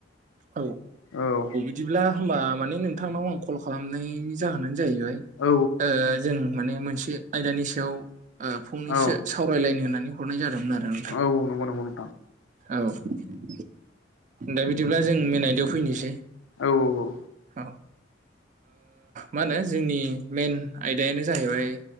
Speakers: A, on the right (about 40°); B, on the left (about 85°).
A: औ
B: औ।
A: बिदिब्ला होमबा माने नोंथांनाव आं कल खालामनायनि जाहोनानो जाहैबाय
B: औ
A: ओ जों माने मोनसे आयदानि सायाव ओ फंनैसो
B: औ
A: सावरायलायनो होननानै हरनाय जादोंमोन आरो नोंथां।
B: औ औ नंगौ नंगौ नोंथां
A: औ। दा बिदिब्ला जों मेन आयदाव फैनोसै।
B: औ औ औ
A: औ ओ मा होनो जोंनि मेन आयदायानो जाहैबाय